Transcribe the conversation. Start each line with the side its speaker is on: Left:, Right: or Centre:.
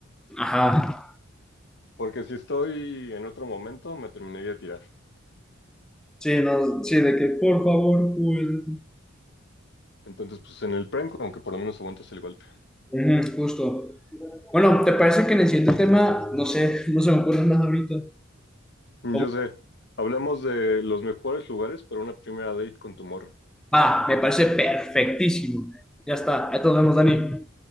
Centre: Ajá.
Left: Porque si estoy en otro momento, me terminaría de tirar.
Centre: Sí, no, sí, de que por favor, Joel.
Left: Entonces, pues en el Prime, como que por lo menos aguantas el golpe.
Centre: Ujú, Justo. Bueno, ¿te parece que en el siguiente tema, no sé, no se me ocurre nada ahorita? Como
Left: Yo sé, hablamos de los mejores lugares para una primera date con tu morra.
Centre: Va, me parece perfectísimo. Ya está. Ahí nos vemos, Dani.